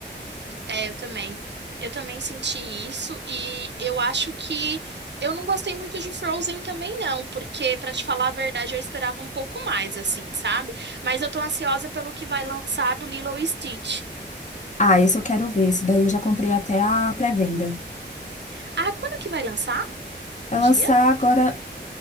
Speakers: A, on the right (about 70°); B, on the left (about 40°).
A: é, eu também. Eu também senti isso e eu acho que eu não gostei muito de Frozen também não, porque pra te falar a verdade, eu esperava um pouco mais assim, sabe? Mas eu tô ansiosa pelo que vai lançar do Lilo e Stitch.
B: Ah, esse eu quero ver. Esse daí eu já comprei até a pré-venda.
A: Ah, quando que vai lançar? O
B: Vai
A: dia?
B: lançar agora.